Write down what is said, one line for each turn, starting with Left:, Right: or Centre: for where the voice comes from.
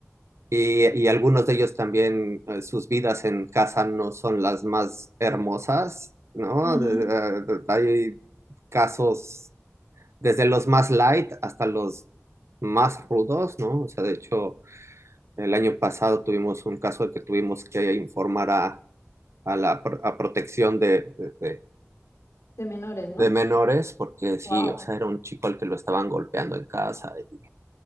Right: Y, y algunos de ellos también, eh, sus vidas en casa no son las más hermosas, ¿no?
Left: Ujú.
Right: De- de- de- hay casos desde los más light hasta los más rudos, ¿no? O sea, de hecho, el año pasado tuvimos un caso de que tuvimos que informar a, a la pro- a protección de, de, de-
Left: De menores, ¿no?
Right: de menores, porque sí,
Left: Wow.
Right: o sea, era un chico al que lo estaban golpeando en casa. y,